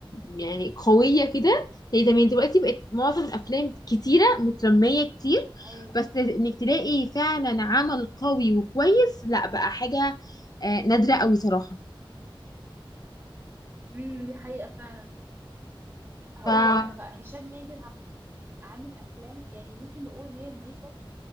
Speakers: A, on the left; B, on the right.
A: يعني قويه كده زي زمان دلوقتي بقت معظم الافلام كتيره مترميه كتير
B: ايوه
A: بس انك تلاقي فعلا عمل قوي وكويس لا بقى حاجه آه، نادره قوي صراحه
B: امم دي حقيقة فعلا هقول
A: ف
B: لك انا بقى هشام ماجد عامه عامل افلام يعني ممكن نقول ان هي نظيفه